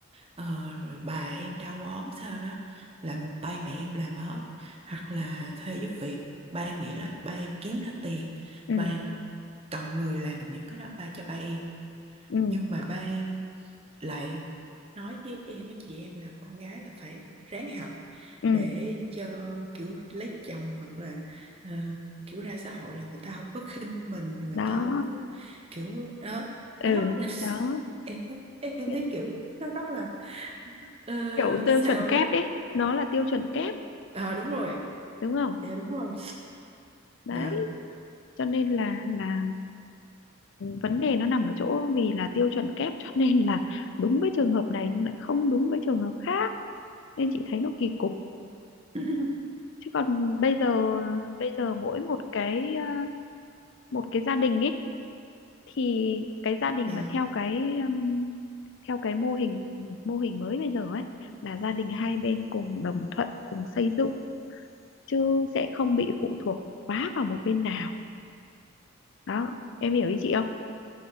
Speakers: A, on the right; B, on the left.
A: ờ, rồi bà em đau ốm sao đó là một tay mẹ em làm hết hoặc là thuê giúp việc ba em nghĩ là ba em kiếm ra tiền
B: ừ
A: ba em cần người làm những cái đó ba cho ba em
B: ừ
A: nhưng mà ba em lại nói với em với chị em là con gái là phải ráng học
B: ừ
A: để cho kiểu lấy chồng hoặc là ờ, kiểu ra xã hội là người ta không có khinh mình người
B: đó
A: ta không có kiểu đó
B: ừ
A: đó <laughs>
B: đó
A: Nên em thấy- em
B: những
A: thấy kiểu nó rất là ờ,
B: kiểu tiêu
A: sao
B: chuẩn kép
A: đó nó
B: ấy nó là tiêu chuẩn kép
A: à đúng rồi
B: đúng không
A: dạ đúng rồi
B: đấy
A: dạ
B: cho nên là là vấn đề nó nằm ở chỗ vì là tiêu chuẩn kép cho nên là đúng với trường hợp này nhưng lại không đúng với trường hợp khác nên chị thấy nó kỳ cục
A: <laughs>
B: chứ còn bây giờ bây giờ mỗi một cái ờ, một cái gia đình ấy thì cái gia đình
A: dạ
B: mà theo cái ừm, theo cái mô hình mô hình mới bây giờ ấy là gia đình hai bên cùng đồng thuận cùng xây dựng chứ sẽ không bị phụ thuộc quá vào một bên nào đó em hiểu ý chị không